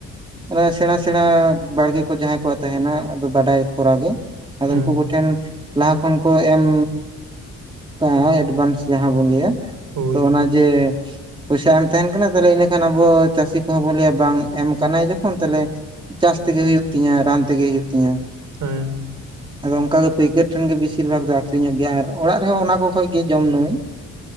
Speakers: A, on the right (about 15°); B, on the right (about 75°).
A: ᱚᱱᱟ ᱥᱮᱬᱟ ᱥᱮᱬᱟ ᱵᱟᱲᱜᱮ ᱠᱚ ᱡᱟᱦᱟᱸᱭ ᱠᱚᱣᱟᱜ ᱛᱟᱦᱮᱱᱟ ᱟᱫᱚ ᱵᱟᱰᱟᱭ ᱠᱚᱨᱟ ᱜᱮ᱾ ᱟᱫᱚ
B: ᱦᱮᱸ
A: ᱩᱱᱠᱩ ᱠᱚᱴᱷᱮᱱ ᱞᱟᱦᱟ ᱠᱷᱚᱱ ᱠᱚ ᱮᱢ ᱛᱟᱸᱦᱮ ᱮᱰᱵᱷᱟᱱᱥ᱾ ᱡᱟᱦᱟᱸ ᱵᱚᱱ ᱞᱟᱹᱭᱟ
B: ᱦᱳᱭ
A: ᱛᱚ ᱚᱱᱟ ᱡᱮ᱾ ᱯᱚᱭᱥᱟ ᱮᱢ ᱛᱟᱦᱮᱱ ᱠᱟᱱᱟ ᱛᱟᱦᱞᱮ ᱤᱱᱟᱹᱠᱷᱟᱱ ᱟᱵᱚ ᱪᱟᱹᱥᱤ ᱠᱚᱦᱚᱸ ᱵᱚᱱ ᱞᱟᱹᱭᱟ ᱵᱟᱝ ᱮᱢ ᱠᱟᱱᱟᱭ ᱡᱚᱠᱷᱚᱱ ᱛᱟᱦᱞᱮ᱾ ᱪᱟᱥ ᱛᱮᱜᱮ ᱦᱩᱭᱩᱜ ᱛᱤᱧᱟ ᱨᱟᱱ ᱛᱮᱜᱮ ᱦᱩᱭᱩᱜ ᱛᱤᱧᱟ᱾
B: <unintelligible>
A: ᱟᱫᱚ ᱚᱱᱠᱟᱜ ᱜᱮ ᱯᱟᱹᱭᱠᱟᱹᱨ ᱴᱷᱮᱱ ᱜᱮ ᱵᱮᱥᱤᱨ ᱵᱷᱟᱜ ᱫᱚ ᱟᱠᱷᱨᱤᱧᱚᱜ ᱜᱮᱭᱟ ᱟᱨ ᱚᱲᱟᱜ ᱨᱮᱦᱚᱸ ᱚᱱᱟ ᱠᱚ ᱠᱷᱚᱡ ᱜᱮ ᱡᱚᱢ ᱱᱟᱹᱭ᱾